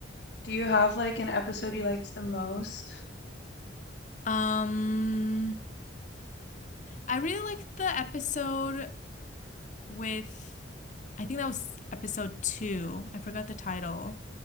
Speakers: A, on the left (about 60°); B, on the left (about 40°).
A: Do you have like an episode you liked the most?
B: Um, I really liked the episode with I think that was episode two. I forgot the title.